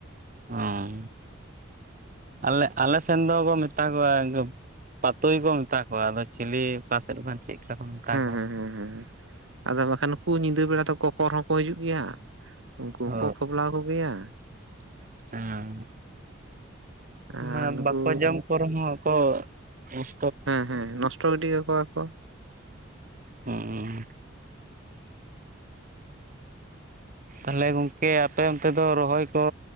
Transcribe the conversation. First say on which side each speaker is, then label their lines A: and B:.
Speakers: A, on the right (about 45°); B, on the right (about 75°).
A: ᱦᱚᱸ ᱟᱞᱮ, ᱟᱞᱮ ᱥᱮᱱ ᱫᱚᱠᱚ ᱢᱮᱛᱟ ᱠᱚᱣᱟ ᱯᱟᱛᱩᱭ ᱠᱚ ᱢᱮᱛᱟ ᱠᱚᱣᱟ ᱾ ᱚ ᱟᱫᱚ ᱪᱤᱞᱤ ᱚᱠᱟ ᱥᱮᱫ ᱠᱚ ᱪᱮᱫ ᱞᱮᱠᱟ ᱠᱚ ᱢᱮᱛᱟ
B: ᱦᱮᱸ
A: ᱠᱚᱣᱟ
B: ᱦᱮᱸ
A: ᱾
B: ᱦᱮᱸ ᱦᱮᱸ ᱾ ᱟᱫᱚ ᱵᱟᱠᱷᱟᱱ ᱱᱩᱠᱩ ᱧᱤᱫᱟᱹ ᱵᱮᱲᱟ ᱫᱚ ᱠᱚᱠᱚᱨ ᱦᱚᱸᱠᱚ ᱦᱤᱡᱩᱜ ᱜᱮᱭᱟ, ᱩᱱᱠᱩ ᱦᱚᱸᱠᱚ
A: ᱚ
B: ᱠᱷᱚᱵᱞᱟᱣ ᱠᱚᱜᱮᱭᱟ ᱾
A: ᱦᱮᱸ ᱾
B: ᱟᱨ
A: ᱢᱟᱱᱮ
B: ᱱᱩᱠᱩ
A: ᱵᱟᱠᱚ ᱡᱚᱢ ᱠᱚ ᱨᱮᱦᱚᱸ ᱠᱚ ᱚᱥᱼᱼ
B: ᱦᱮᱸ ᱦᱮᱸ ᱱᱚᱥᱴᱚ ᱜᱤᱰᱤ ᱠᱟᱠᱚᱣᱟ ᱠᱚ ᱾
A: ᱦᱚᱜᱼᱚ ᱛᱟᱦᱚᱞᱮ ᱜᱚᱝᱠᱮ ᱟᱯᱮ ᱚᱱᱛᱮ ᱫᱚ ᱨᱚᱦᱚᱭ ᱠᱚ,